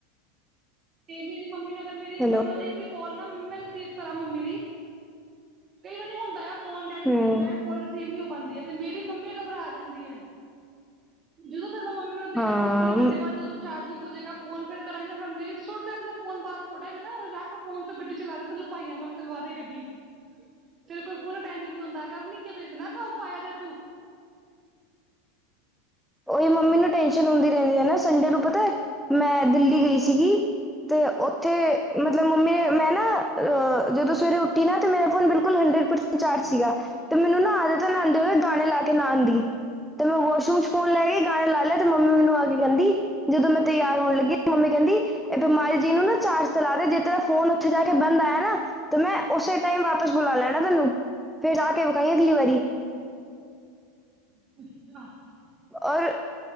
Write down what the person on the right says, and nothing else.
ਤੇ ਮੇਰੀ ਮੰਮੀ ਨੂੰ ਅਗਰ ਮੇਰੀ
ਮਤਲਬ ਇੱਕ ਵੀ ਕਾਲ ਨਾ ਮੰਮੀ ਮੈਂ ਰਿਸੀਵ ਕਰਾਂ ਮੰਮੀ ਦੀ ਕਈ ਵਾਰੀ ਹੁੰਦਾ ਆ। ਫੋਨ ਡੈਡ ਹੋ
ਜਾਂਦਾ ਕੋਲ ਰਿਸੀਵ ਨੀ ਹੋ ਪਾਂਦੀ ਐ ਤੇ ਮੇਰੀ ਮੰਮੀ ਘਬਰਾ ਜਾਂਦੀ ਐ। ਜਦੋਂ ਫਿਰ ਮੈਂ ਮੰਮੀ ਨੂੰ ਅੱਧੇ
ਘੰਟੇ ਪੌਣੇ ਘੰਟੇ ਬਾਅਦ ਜਦੋਂ ਚਾਰਜਿੰਗ ਹੋਜੇਗਾ ਫੋਨ ਫਿਰ ਕਰਾਂਗੀ ਨਾ ਫਿਰ ਮੰਮੀ ਸੁੱਟ ਦੇ ਆਪਣਾ ਫੋਨ ਬਾਹਰ ਰੋੜ ਹੈਗਾ ਨਾ ਰੱਖ ਫੋਨ ਤੋਂ ਗੱਡੀ ਚਲਾ <unintelligible> ਭਾਈਆਂ ਕੋਲੋਂ ਚਲਵਾ ਦੇ ਗੱਡੀ ਤੇਰੇ ਕੋਲ ਫੋਨ ਅਟੈਂਡ ਨੀ ਹੁੰਦਾ ਕਰਨੀ, ਕੇ ਤੂੰ ਇਤਨਾ ਕੰਮ ਪਾਇਆ ਜਾ ਤੂੰ
<unintelligible>